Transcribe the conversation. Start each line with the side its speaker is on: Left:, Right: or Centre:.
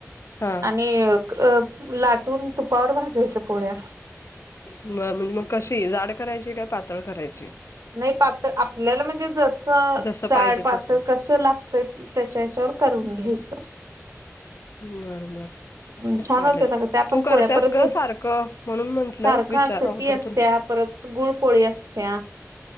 Left: हा
Right: आणि अ लाटून तुपावर भाजायच्या पोळ्या.
Left: म म्हणजे मग कशी जाड करायची काय पातळ करायची.
Right: नाही पातळ, आपल्याला म्हणजे जस
Left: जसं
Right: जाड
Left: पाहिजे
Right: पातळ
Left: तसं
Right: कसं लाग ते त्याच्या याच्यावर करून घ्यायचं.
Left: बरं बर.
Right: अं, छान
Left: चालेल
Right: होते ना त्या
Left: तू
Right: पण
Left: करत्यास
Right: पोळ्या परत
Left: गं
Right: हे
Left: सारखं म्हणून म्हंटलं
Right: सारखं
Left: विचारावं
Right: असते ती
Left: तर
Right: असत्या
Left: तुला.
Right: परत गुळपोळी असत्या.